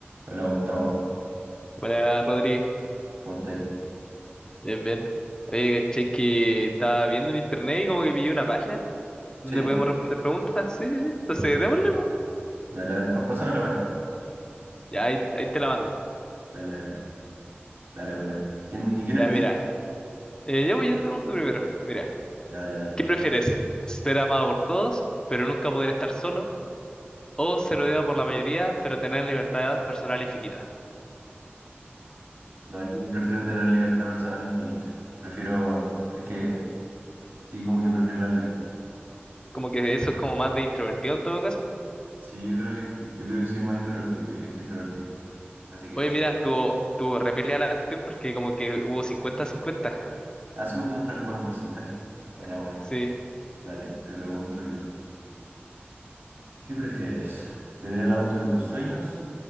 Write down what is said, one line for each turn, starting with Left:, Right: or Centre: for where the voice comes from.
Right: Hola Gustavo,
Left: Buena, Rodri.
Right: ¿cómo estáis?
Left: Bien, bien. Oye, caché que estaba viendo en internet y como que pillé una página donde
Right: ¿Sí?
Left: podemos responder preguntas. Sí, sí, sí. Entonces, démosle, po.
Right: Dale, a ver, pa- pásame la página.
Left: Ya, ahí, ahí te la mando.
Right: Dale, dale, dale, buena. ¿Quién, ¿y quién
Left: Ya,
Right: empieza?
Left: mira. Eh, ya, pues yo te pregunto primero. Mira,
Right: Ya, dale, dale.
Left: ¿qué prefieres? ¿Ser amado por todos, pero nunca poder estar solo? ¿O ser odiado por la mayoría, pero tener libertad personal infinita?
Right: No, yo prefiero tener libertad personal infinita. Prefiero, es que, sí, como que prefiero la libertad.
Left: Como que eso es como más de introvertido en todo caso.
Right: Sí, yo creo que sí. Yo creo que soy más introvertido que, que extrovertido. Así que
Left: Oye,
Right: sí.
Left: mira, tuvo, tuvo repelida la cuestión porque como que hubo cincuenta-cincuenta.
Right: Así muestra como el porcentaje. Buena, buena.
Left: Sí.
Right: Dale, te pregunto yo. ¿Qué prefieres? ¿Tener el auto de tus sueños,